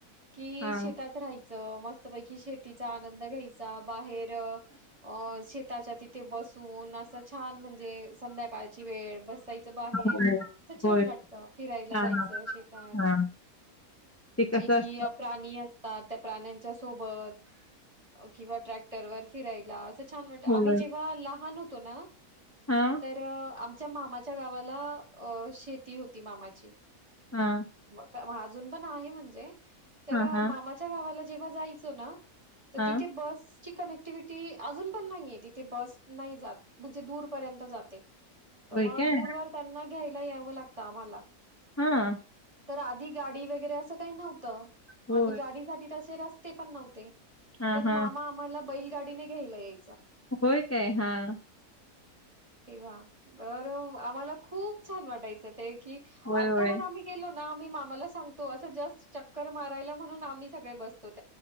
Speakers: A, on the right; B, on the left.
A: कि
B: हा.
A: शेतात राहायचं मस्तपैकी शेतीचा आनंद घ्यायचा बाहेर अ शे ताच्या तिथे बसून असं छान म्हणजे संध्याकाळची वेळ बसायचं बाहेर
B: होय,
A: छान
B: होय.
A: वाटत फिरायला
B: हां,
A: जायचं शेतात.
B: हां. ते कसं
A: जे की
B: अस
A: प्राणी असता त्याग प्राण्यांच्या सोबती किंवा ट्रॅक्टर वर फिरायला छान वाटं
B: होय.
A: आम्ही जेव्हा लहान होतो ना
B: हां.
A: तरं आ मच्या मामाच्या गावाला अ शेती होती मामाची
B: हां,
A: म हां अजून पण आहे म्हणजे तरं
B: हां, हां,
A: मामाच्या गावाला जेव्हा जायचो ना तर
B: हां.
A: तिथे बस ची कनेक्टिविटी अजून पण नाहीये तिथे बस नाही जात म्हणजे दूर पर्यंत जाते त
B: होय
A: मग
B: काय?
A: दूरवर त्यांना घ्यायला यावं लागतं आम्हाला.
B: हां.
A: तर आधी गाडी वगैरे असं काही नव्हतं
B: होय.
A: आणि गाडीसाठी तसे रस्ते पण नव्हते
B: हां,
A: तर
B: हां.
A: मामा आम्हाला बैलगाडीने घ्यायला येय
B: होय काय? हां.
A: तेव्हा, तर आम्हाला खूप छान वाटायचं. ते की,
B: होय,
A: आत्ता
B: होय.
A: पण आम्ही गेलो ना आम्ही मामाला सांगतो असं जस्ट चक्कर मारायला म्हणून आम्ही सगळे बसतोत.